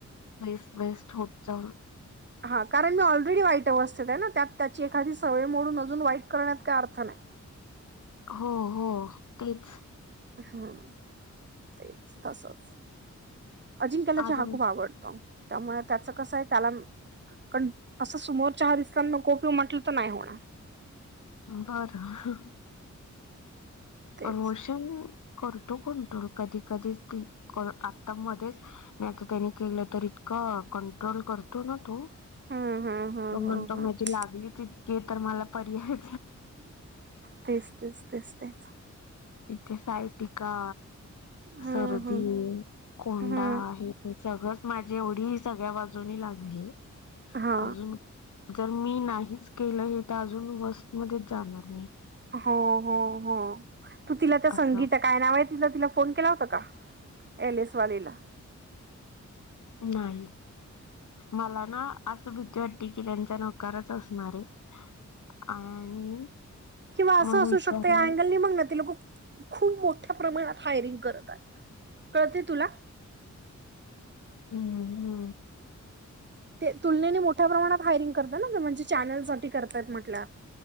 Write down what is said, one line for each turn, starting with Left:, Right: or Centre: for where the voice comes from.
Left: बेस्ट बेस्ट होप चाऊ-
Right: हा कारण मी ऑलरेडी वाईट अवस्थेत आहे ना, त्यात त्याची एखादी सवय मोडून अजून वाईट करण्यात काय अर्थ नाही.
Left: हो हो, तेच-
Right: हम् ते तसच अजिंक्यला
Left: आज
Right: चहा
Left: आम्ही
Right: खूप आवडतो त्यामुळे त्याच कसं आहे त्याला कारण असं समोर चहा दिसताना नको पिवू म्हटलं तर नाही होणार
Left: बरं
Right: तेच
Left: हो करतो कोण कधी कधीच आता मध्येच- नाही आता त्यानी केलं तर इतकं कंट्रोल करतो ना तो
Right: हम्म हम्म हम्म
Left: तो म्हणतो
Right: हम्म हम्म
Left: माझी लागलीच इतके तर मला पर्याय
Right: तेच तेच तेच तेच
Left: इथे सायाटिका,
Right: हम्म
Left: सर्दी
Right: हम्म
Left: कोंडा,
Right: हम्म
Left: हे सगळंच माझी एवढी सगळ्या बाजूंनी लागली
Right: हा
Left: अजून जर मी नाहीच केलं हे तर अजून मध्ये जाणार मी
Right: हो हो हो तू तिला त्या संगीता
Left: असं
Right: काय नाव आहे तिच तिला फोन केला होतास का? एल एस वालीला
Left: नाही. मला ना अस भीती वाटते की त्यांचा नकारच असणार आहे. आणि
Right: किंवा असं
Left: मग
Right: असू
Left: विचारून
Right: शकतं या अँगलनी बघ ना तिला खूप खूप मोठ्या प्रमाणात हायरिंग करताय कळतय तुला
Left: हू हू
Right: ते तुलनेने मोठ्या प्रमाणात हायरिंग करत ना म्हणजे चॅनलसाठी करतायत म्हटल्या